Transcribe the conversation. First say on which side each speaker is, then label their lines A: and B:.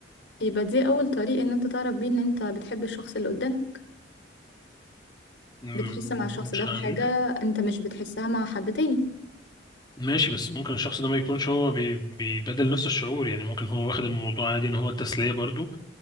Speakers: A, on the left (about 70°); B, on the left (about 20°).
A: يبقى دي اول طريق ان انت تعرف بيه ان انت بتحب الشخص اللي قدامك
B: مم،
A: بتحس مع الشخص
B: مش
A: ده في
B: عارف
A: حاجة انت مش بتحسها مع حد تاني
B: ماشي بس ممكن الشخص ده ما يكونش هو بي- بيبادل نفس الشعور يعني ممكن هو واخد الموضوع عادي ان هو التسلية برضو